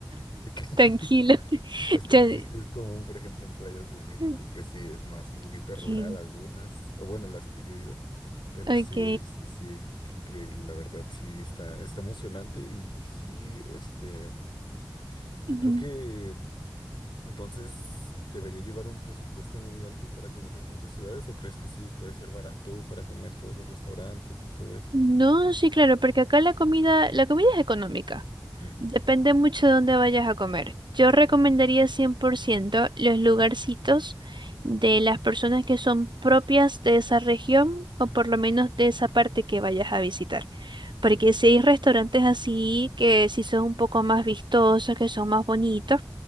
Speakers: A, on the left (about 75°); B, on the right (about 65°).
A: de que- <laughs>
B: tranquilo. <laughs>
A: Es que
B: Ya-
A: aquí sí es común, por ejemplo, en playas de México,
B: mm,
A: que sí es más un poquito
B: ok,
A: rural algunas, o bueno, las que yo he ido, pero
B: ok.
A: sí, sí, sí, qué increíble, la verdad, sí, está, está emocionante y sí, este, yo
B: Ujú.
A: creo que entonces, ¿debería llevar un presupuesto muy alto para conocer tantas ciudades o crees que sí puede ser barato para comer todos los restaurantes y todo eso?
B: No, sí, claro, porque acá la comida, la comida es económica.
A: Ujú,
B: Depende mucho de dónde vayas a comer. Yo recomendaría 100% los lugarcitos de las personas que son propias de esa región o por lo menos de esa parte que vayas a visitar.
A: Sí,
B: Porque si hay restaurantes así que sí son un poco más vistosos, que son más bonitos,